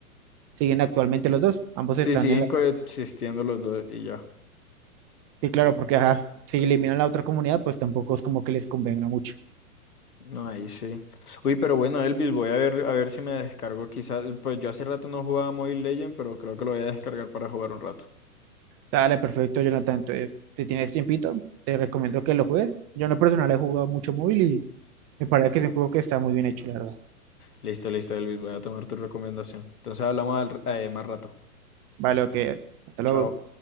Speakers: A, on the right; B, on the left.
A: siguen actualmente los dos, ambos
B: Sí,
A: están
B: siguen
A: en la...
B: coexistiendo los dos y ya.
A: Sí, claro, porque ajá, si eliminan la otra comunidad, pues tampoco es como que les convenga mucho.
B: No, ahí sí. Uy, pero bueno, Elvis, voy a ver, a ver si me descargo quizás. Pues yo hace rato no jugaba Mobile Legend, pero creo que lo voy a descargar para jugar un rato.
A: Dale, perfecto, Jonathan. Entonces, si tienes tiempito, te recomiendo que lo juegues. Yo en lo personal he jugado mucho móvil y me parece que es un juego que está muy bien hecho, la verdad.
B: Listo, listo, Elvis, voy a tomar tu recomendación. Entonces hablamos al- eh, más rato.
A: Vale, ok. Hasta luego.
B: Chao.